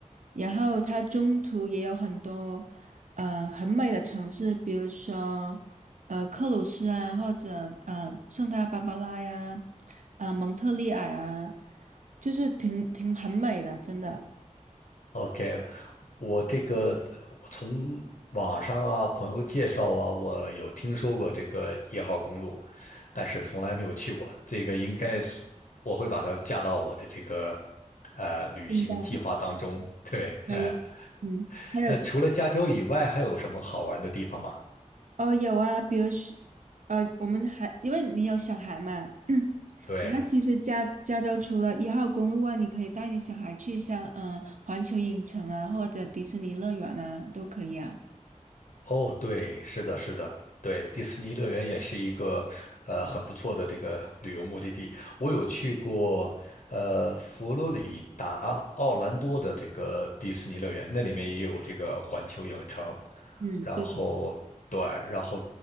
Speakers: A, on the right; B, on the left.
A: 然后它中途也有很多呃很美的城市，比如说呃克鲁斯啊，或者呃圣塔芭芭拉呀，呃蒙特利尔啊，就是挺挺很美的，真的。
B: OK，我这个呃我从网上啊、朋友介绍啊，我有听说过这个一号公路，但是从来没有去过。这个应该是我会把它加到我的这个呃旅行计划当中。
A: 明白，
B: 对，
A: 可以。
B: 哎、
A: 嗯，还有
B: 那除了加州以外，还有什么好玩的地方吗？
A: 哦有啊，比如说呃我们还因为你有小孩嘛。<clears throat>
B: 对，
A: 那其实加加州除了一号公路外，你可以带你小孩去像嗯、呃环球影城啊，或者迪士尼乐园啊，都可以啊。
B: 哦，对，是的，是的，对，迪士尼乐园也是一个呃很不错的这个旅游目的地。我有去过呃佛罗里达奥兰多的这个迪士尼乐园，那里面也有这个环球影城。
A: 嗯，
B: 然后对，
A: 对，
B: 然后